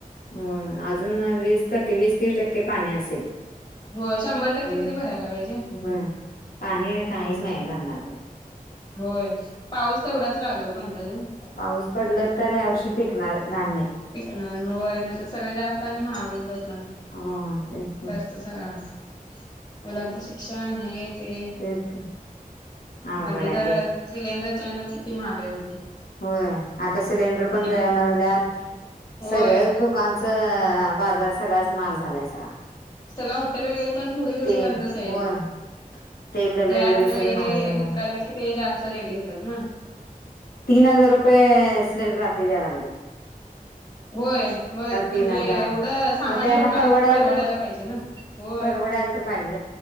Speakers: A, on the left (about 80°); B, on the left (about 30°).
A: हो अजून वीस टक्के वीस तीस टक्के पाणी असेल.
B: हो शंभर टक्के
A: आणि
B: तरी भरायला पाहिजे.
A: होय. पाणी काहीच
B: हम्म
A: नाही धरणात
B: होय पाऊस तेवढाच लागला पंधरा दिवस
A: पाऊस पडल तर ह्यावर्षी पिकणार धान्य
B: पिक होय नाही तर सगळ जास्त आणि महाग हुन बसणार.
A: हा तेच तर
B: सगळं पोरांच शिक्षण हे ते
A: तेच की अवघड
B: मध्ये
A: आहे
B: तर
A: ते.
B: सिलेंडर चान किती महागाई होती.
A: होय आता सिलेंडर
B: हम्म
A: पण मिळान झाल्यात
B: होय
A: सगळ्याच दुकान तर बाजार सगळाच महाग झालाय सगळा
B: सगळ हॉटेल वगैरे पण थोडी थोडी
A: तेल
B: बंदच आहेत.
A: होय, तेल डबे
B: ब्लॅक
A: सगळे
B: वगैरे
A: महाग झाल्यात.
B: विकलं कि ते जास्त रेडी होेतात ना.
A: तीन हजार रुपये सिलें राखी द्यायला लागतयात.
B: होय मग
A: तीन
B: म्हणजे
A: हजार
B: एवढं सामान्य
A: मग त्यांना
B: लोकांना
A: परवडाल
B: तर परवडायला पाहिजे ना. होय
A: परवडाल तर पाहिजे